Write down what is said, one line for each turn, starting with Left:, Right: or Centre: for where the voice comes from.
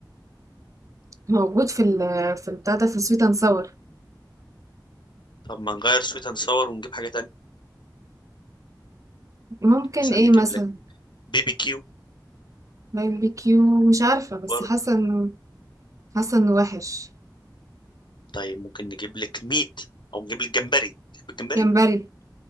Right: موجود في ال في البتاع ده في السويت اند ساور
Left: طب ما نغير سويت اند ساور ونجيب حاجه تانية
Right: ممكن
Left: مثلا
Right: ايه
Left: نجيب
Right: مثلا
Left: لك بيبي كيو
Right: باربيكيو مش عارفه بس
Left: برضه
Right: حاسه انه حاسه انه وحش
Left: طيب ممكن نجيب لك ميت او نجيب لك جمبري تحب الجمبري
Right: جمبري